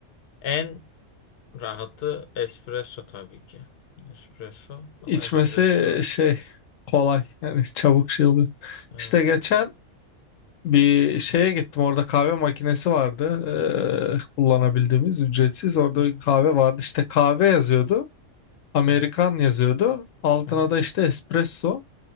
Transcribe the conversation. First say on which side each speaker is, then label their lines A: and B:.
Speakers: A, on the left; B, on the left.
A: En rahatı espresso tabii ki. Espresso ama
B: İçmesi
A: espresso
B: şey kolay yani çabuk şey oluyor.
A: Evet.
B: İşte geçen Bir şeye gittim orada kahve makinesi vardı
A: Hı hı,
B: eee, kullanabildiğimiz ücretsiz orada
A: hı hı,
B: bir kahve vardı işte kahve yazıyordu Amerikan
A: hı hı,
B: yazıyordu altına
A: hı hı,
B: da işte espresso